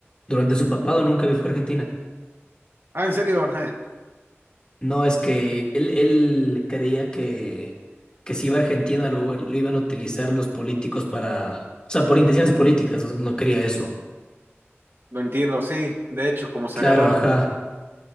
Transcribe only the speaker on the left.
durante su papado nunca había viajó a Argentina.
No, es que él, él creía que, que si iba a Argentina lo, lo iban a utilizar los políticos para, o sea, por intenciones políticas, o sea, no quería eso.
Claro,
ajá.